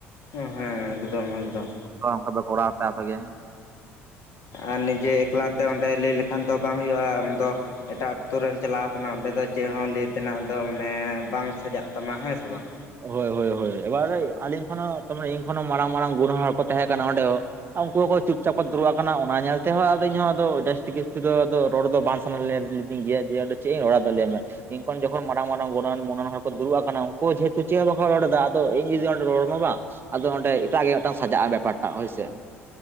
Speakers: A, on the left (about 50°); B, on the right (about 30°).
A: ᱦᱮᱸ ᱦᱮᱸ ᱮᱠᱫᱚᱢ ᱮᱠᱫᱚᱢ᱾
B: ᱱᱚᱝᱠᱟ ᱯᱮ ᱠᱚᱨᱟᱭᱟ ᱟᱯᱮ ᱟᱯᱮ ᱜᱮ᱾
A: ᱟᱨ ᱱᱤᱡᱮ ᱮᱠᱞᱟᱛᱮ ᱚᱸᱰᱮ ᱞᱟᱹᱭ ᱞᱮᱠᱷᱟᱱ ᱫᱚ ᱵᱟᱝ ᱦᱩᱭᱩᱜᱼᱟ ᱟᱢᱫᱚ ᱮᱴᱟᱜ ᱟᱛᱳ ᱨᱮᱢ ᱪᱟᱞᱟᱣ ᱠᱟᱱᱟ ᱚᱸᱰᱮ ᱫᱚ ᱪᱮᱫ ᱦᱚᱸ ᱞᱟᱹᱭ ᱛᱮᱱᱟᱜ ᱫᱚ ᱢᱟᱱᱮ ᱵᱟᱝ ᱥᱟᱡᱟᱜ ᱛᱟᱢᱟ ᱦᱮᱸ ᱥᱮ ᱵᱟᱝ᱾
B: ᱦᱳᱭ ᱦᱳᱭ ᱦᱳᱭ ᱮᱵᱟᱨᱮ ᱟᱹᱞᱤᱧ ᱠᱷᱚᱱ ᱦᱚ ᱤᱧ ᱠᱷᱚᱱ ᱦᱚᱸ ᱢᱟᱨᱟᱝ ᱢᱟᱨᱟᱝ ᱜᱩᱱᱦ ᱦᱚᱲ ᱠᱚ ᱛᱟᱦᱮᱸ ᱠᱟᱱᱟ ᱚᱸᱰᱮ ᱦᱚᱸ᱾ ᱩᱱᱠᱩ ᱦᱚᱸᱠᱚ ᱪᱩᱯᱪᱟᱯ ᱫᱩᱲᱩᱵ ᱟᱠᱟᱱᱟ ᱚᱱᱟ ᱧᱮᱞ ᱛᱮᱦ ᱟᱫᱚ ᱤᱧ ᱦᱚᱸ ᱡᱟᱹᱥᱛᱤ ᱡᱟᱹᱥᱛᱤ ᱫᱚ ᱨᱚᱲ ᱫᱚ ᱵᱟᱝ <unintelligible> ᱪᱮᱫ ᱤᱧ ᱨᱚᱲᱟ ᱟᱫᱚ ᱞᱮᱭ ᱢᱮ ᱤᱧᱠᱷᱚᱱ ᱡᱚᱠᱷᱚᱱ ᱢᱟᱨᱟᱝ ᱜᱩᱱ ᱟᱱ ᱢᱚᱱ ᱟᱱ ᱦᱚᱲ ᱠᱚ ᱫᱩᱲᱩᱵ ᱟᱠᱟᱱᱟ ᱩᱱᱠᱩ ᱡᱷᱮ ᱛᱚ ᱪᱮᱫ ᱦᱚ ᱵᱟᱠᱷ ᱨᱚᱲ ᱮᱫᱟ ᱟᱫᱚ ᱤᱧ ᱡᱩᱫᱤ ᱚᱱᱰᱮ ᱨᱚᱲ ᱢᱮ ᱵᱟ ᱟᱫᱚ ᱚᱸᱰᱮ ᱮᱴᱟᱜ ᱜᱮ ᱢᱤᱫᱴᱟᱝ ᱥᱟᱡᱟᱜᱼᱟ ᱵᱮᱯᱟᱨ ᱴᱟᱜ ᱦᱳᱭᱥᱮ᱾